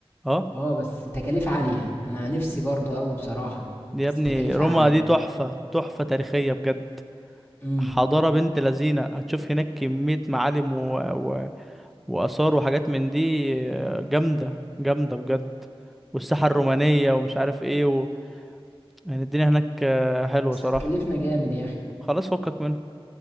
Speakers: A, in the centre; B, on the left.
A: اه
B: اه بس تكاليف عالية انا نفسي برضو قوي بصراحة
A: دي يا
B: بس
A: ابني
B: تكاليفها
A: روما
B: عالية
A: دي تحفة تحفة تاريخية بجد
B: امم
A: حضارة بنت لذينة هتشوف هناك كمية معالم و... و... وآثار وحاجات من دي آه، جامدة جامدة بجد والساحة الرومانية ومش عارف ايه يعني الدنيا هناك آه، حلوة
B: بس
A: صراحة
B: هتكلفنا جامد يا اخي
A: خلاص فكك منها